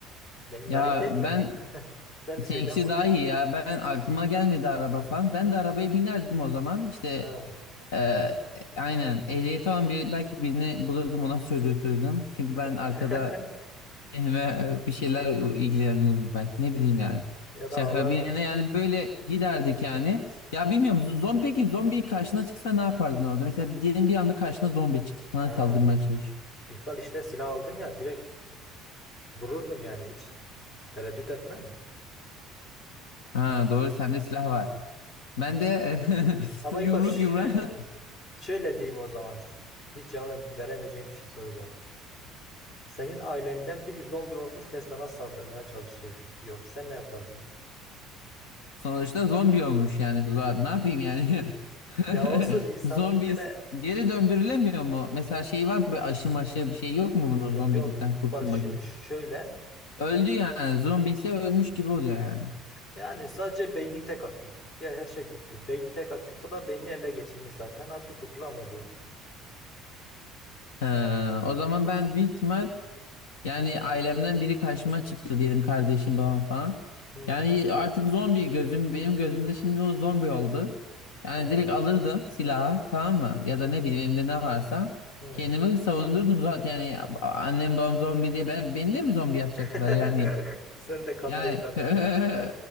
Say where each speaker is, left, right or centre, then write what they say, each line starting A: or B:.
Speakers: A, on the left; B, on the left.
A: Benim
B: Ya
A: daha iyi değil
B: ben
A: mi? <laughs> Sen şeyden
B: Seninkisi
A: bak.
B: daha iyi ya. Ben aklıma gelmedi araba falan. Ben de arabaya binerdim o zaman. İşte
A: Ha.
B: eee, aynen ehliyeti olan bir, belki birini bulurdum ona sürdürtürdüm. Çünkü ben
A: <laughs>
B: arkada <laughs> kendime e, bir şeyler ilgilenirim belki ne bileyim yani.
A: Ya
B: Şaka
A: da ağlardın.
B: bir yana yani böyle giderdik yani. Ya bilmiyorum z- zombi peki zombi karşına çıksa ne yapardın orada? Mesela diyelim bir anda karşına zombi çıktı. Sana
A: Ha.
B: saldırmaya çalışıyor.
A: İkbal işte silah aldım ya direkt vururdum yani hiç tereddüt etmem.
B: Ha doğru sende silah var. Ben de
A: Ama
B: <laughs> yumruk
A: İkbal şö-
B: yumruğa <laughs>
A: şöyle diyeyim o zaman. Hiç cevap veremeyeceğim bir şey soracağım. Senin ailenden biri zombi olmuş ve sana saldırmaya çalışıyor diyor. Sen ne yapardın?
B: Sonuçta zombi olmuş yani. Zuhal. Ne yapayım yani?
A: Ya
B: <laughs>
A: olsun insan
B: Zombi
A: bir kere
B: geri döndürülemiyor mu? Mesela şey var mı? Böyle aşı maşı bir şey yok mu bunun
A: yok
B: zombilikten
A: yok
B: kurtulma
A: Bak şimdi
B: gibi?
A: şöyle
B: Öldü yani. Zombi ise ölmüş gibi oluyor yani.
A: yani sadece beyni tek aktif. Diğer her şey gitti. Beyin tek aktif o da beynini ele geçirmiş zaten artık kurtulamaz o.
B: He, o zaman ben büyük ihtimal yani ailemden biri karşıma çıktı diyelim kardeşim babam falan.
A: Hmm,
B: Yani artık zombi gözüm benim gözümde şimdi o zombi oldu. Yani
A: he,
B: direkt alırdım silahı tamam mı? Ya da ne bileyim elimde ne varsa
A: hmm.
B: kendimi savunurdum zaten yani annem babam zombi diye ben beni de mi zombi yapacaklar
A: <laughs>
B: yani?
A: Sen de kabileye
B: Yani
A: katıl.
B: <laughs>